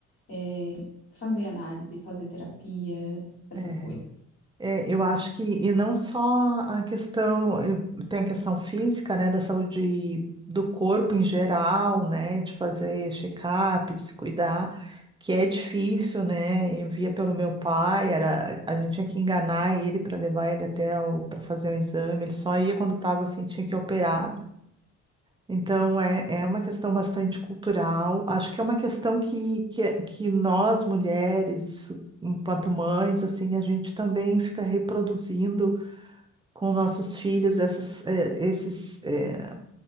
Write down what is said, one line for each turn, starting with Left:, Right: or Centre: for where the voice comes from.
Left: eh, fazer análise, fazer terapia, essas
Right: É,
Left: coisas.
Right: é, eu acho que, e não só a questão, eh, tem a questão física, né, da saúde do corpo em geral, né, de fazer check-up, de se cuidar, que é difícil, né? Eu via pelo meu pai, era, a gente tinha que enganar ele para levar ele até para fazer um exame, ele só ia quando estava assim, tinha que operar. Então, é, é uma questão bastante cultural. Acho que é uma questão que, que, é, que nós, mulheres, enquanto mães, assim, a gente também fica reproduzindo com nossos filhos essas, eh, esses, eh,